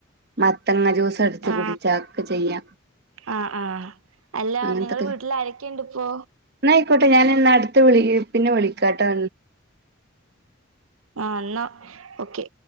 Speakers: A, on the right; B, on the right.
A: മത്തങ്ങ ജൂ ടിച്ചു
B: ആ
A: കുടിച്ച ഒക്കെ ചെയ്യാം
B: ആ ആ അല്ല
A: അങ്ങനത്തൊക്കെ
B: നിങ്ങള് വീട്ടിൽ ആരൊക്കെയുണ്ട് ഇപ്പോ
A: എന്നായിക്കോട്ടെ ഞാൻ എന്നാ അടുത്ത വിളി പിന്നെ വിളിക്കാട്ടാ
B: ആ എന്നാ ഒക്കെ